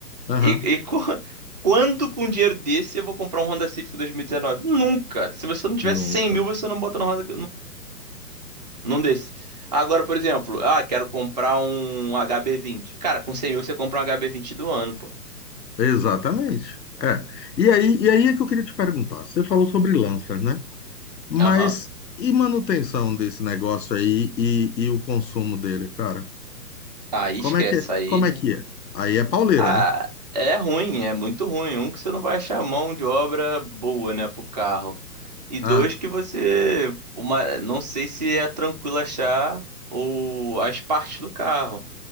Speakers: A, on the left (about 80°); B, on the right (about 30°).
A: Aham.
B: E, e co- <laughs> quando com um dinheiro desse eu vou comprar um Honda Civic 2019? Nunca! Se você não tiver
A: Nunca.
B: 100 mil, você não bota no Honda, Não desse. Agora, por exemplo, ah, quero comprar um HB20. Cara, com 100 mil você compra um HB20 do ano, pô.
A: Exatamente. É. E aí, e aí é que eu queria te perguntar. Você falou sobre lança, né? Mas
B: Aham.
A: e manutenção desse negócio aí e, e o consumo dele, cara?
B: Aí esquece,
A: Como é que é?
B: aí.
A: Como
B: <laughs>
A: é que é? Aí é pauleira,
B: Ah,
A: né?
B: é ruim, é muito ruim. Um, que você não vai achar mão de obra boa, né, pro carro. E
A: Ah,
B: dois, que você. Uma, não sei se é tranquilo achar o, as partes do carro.